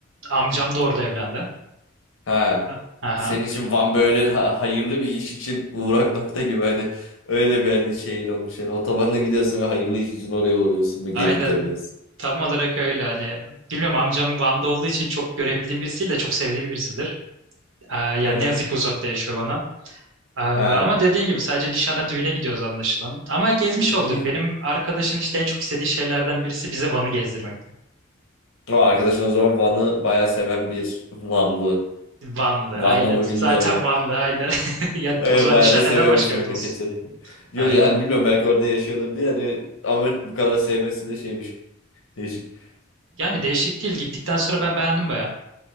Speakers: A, on the right (about 70°); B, on the left (about 85°).
A: amcam da orada evlendi.
B: Ha.
A: A- Aha.
B: Senin için Van böyle ha- hayırlı bir iş için uğrak nokta gibi hani öyle bir hani şeyin olmuş yani otobanla gidiyorsun ve hayırlı iş için oraya uğruyorsun ve geri
A: Aynen.
B: dönüyorsun.
A: Tam olarak öyle hani bilmiyorum amcam Van'da olduğu için çok görebildiğim birisi değil de çok sevdiğim birisidir. Ee, yani
B: <laughs>
A: ne yazık ki uzakta yaşıyor bana. Ee, ama
B: Ha.
A: dediğin gibi sadece nişana düğüne gidiyoruz anlaşılan. Ama gezmiş
B: <laughs>
A: olduk. Benim arkadaşın işte en çok istediği şeylerden birisi bize Van'ı gezdirmekti.
B: O arkadaşın o zaman Van'ı bayağı seven bir Vanlı.
A: Vanlı,
B: Vanlı
A: aynen.
B: mı
A: Zaten
B: bilmiyorum ha.
A: Vanlı, aynen. <laughs> Ya
B: Öyle
A: o zaman
B: bayağı
A: nişan
B: da seviyormuş
A: neden başka
B: memleketini.
A: yerde olsun?
B: <laughs> Yok
A: Aynen.
B: yani bilmiyorum belki orada yaşıyordur diye hani ama bu kadar sevmesi de şeymiş. Değişik.
A: Yani değişik değil. Gittikten sonra ben beğendim baya.